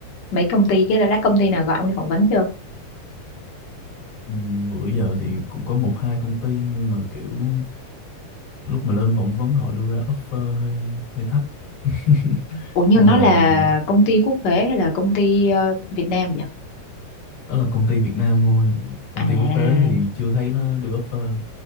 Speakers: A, on the left (about 85°); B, on the left (about 65°).
A: mấy công ty cái là đã công ty nào gọi ông đi phỏng vấn chưa
B: Ừm, bữa giờ thì cũng có một hai công ty nhưng mà kiểu lúc mà lên phỏng vấn họ đưa ra offer hơi hơi thấp <laughs>
A: ủa nhưng
B: nên
A: nó
B: là
A: là công ty quốc tế hay là công ty ờ, Việt Nam vậy
B: đó là công ty Việt Nam thôi công
A: à
B: ty quốc tế thì chưa thấy nó đưa offer